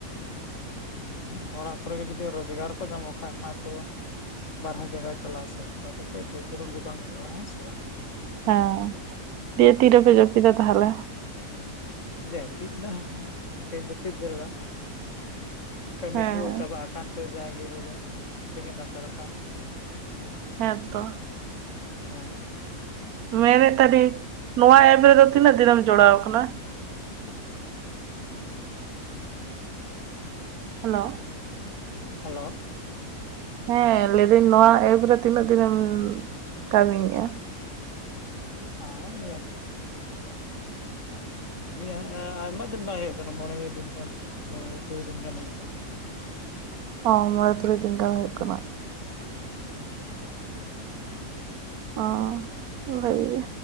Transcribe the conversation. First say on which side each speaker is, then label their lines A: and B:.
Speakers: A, on the left; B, on the right.
A: ᱦᱩᱸ ᱚᱲᱟᱜ ᱠᱚᱨᱮ ᱜᱮ ᱡᱩᱫᱤ ᱨᱳᱡᱽᱜᱟᱨ ᱠᱚ ᱧᱟᱢᱚᱜ ᱠᱷᱟᱡ ᱢᱟᱛᱚᱼᱼ ᱵᱟᱨᱦᱮ ᱡᱟᱭᱜᱟ ᱪᱟᱞᱟᱜ ᱥᱮ ᱚᱱᱠᱟ ᱫᱚ ᱪᱮᱫ ᱡᱟᱹᱨᱩᱲ ᱜᱮ ᱵᱟᱝ ᱦᱩᱭᱩᱜᱼᱟ ᱦᱮᱸ ᱥᱮ ᱵᱟᱝ?
B: ᱦᱮᱸ ᱫᱤᱭᱮ ᱛᱤ ᱨᱮᱯᱮ ᱡᱟᱹᱯᱤᱫᱟ ᱛᱟᱦᱚᱞᱮ?
A: ᱡᱟᱹᱯᱤᱫ ᱫᱚ ᱮᱱᱠᱟ ᱡᱟᱹᱯᱤᱫ ᱡᱟᱹᱨᱩᱲᱟ᱾ ᱠᱟᱹᱢᱤ
B: ᱦᱮᱸ
A: ᱠᱚ ᱪᱟᱵᱟ ᱟᱠᱟᱱ ᱛᱮ ᱡᱟ ᱜᱮ ᱵᱚᱞᱮ ᱵᱮᱸᱜᱮᱫ ᱦᱟᱛᱟᱲ ᱠᱟᱜ᱾
B: ᱦᱮᱸᱛᱚ
A: ᱦᱮᱸ
B: ᱢᱮᱱᱮᱫ ᱛᱟᱦᱮᱱᱤᱧ ᱱᱚᱣᱟ ᱮᱯ ᱨᱮᱫᱚ ᱛᱤᱱᱟᱹᱜ ᱫᱤᱱᱮᱢ ᱡᱚᱲᱟᱣ ᱟᱠᱟᱱᱟ? ᱦᱮᱞᱳ
A: ᱦᱮᱞᱳ
B: ᱦᱮᱸ ᱞᱟᱹᱭ ᱫᱟᱹᱧ ᱱᱚᱣᱟ ᱮᱵ ᱨᱮ ᱛᱤᱱᱟᱹᱜ ᱫᱤᱱᱮᱢ ᱠᱟᱹᱢᱤᱭᱮᱜᱼᱟ?
A: <inaudible> ᱱᱤᱭᱟ ᱟᱭᱢᱟ ᱫᱤᱱ ᱵᱟᱝ ᱦᱩᱭᱩᱜ ᱠᱟᱱᱟ ᱢᱚᱬᱮ ᱫᱤᱱ ᱜᱟᱱ ᱢᱚᱬᱮ ᱛᱩᱨᱩᱭ ᱫᱤᱱ ᱜᱟᱱ ᱦᱩᱭᱩᱜ ᱠᱟᱱᱟ ᱾
B: ᱚ ᱢᱚᱲᱮ ᱛᱩᱨᱩᱭ ᱫᱤᱱ ᱜᱟᱱ ᱦᱩᱭᱩᱜ ᱠᱟᱱᱟ ᱾
A: ᱦᱮᱸ
B: ᱚ ᱵᱷᱟᱹᱜᱤ ᱜᱮ